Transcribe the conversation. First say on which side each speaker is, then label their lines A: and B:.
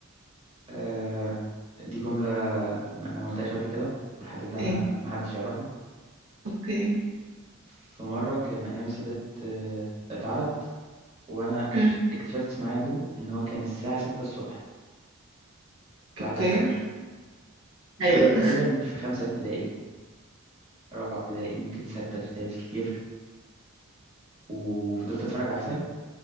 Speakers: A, on the right; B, on the right.
A: آه دي جملة ما- أنا ما قلتهاش قبل كده والحدث ده ما
B: أيوة.
A: ما حدش يعرفه
B: أوكي
A: في مرة كان أيام السادات آه اتعرض وأنا اش-
B: أمم.
A: اكتشفت ميعاده إن هو كان الساعة ستة الصبح
B: أوكي
A: بعد الفجر
B: ايوه
A: أنا كنت تقريبا في خمسة ابتدائي رابعة ابتدائي ممكن ستة ابتدائي بالكتير وفضلت أتفرج على الفيلم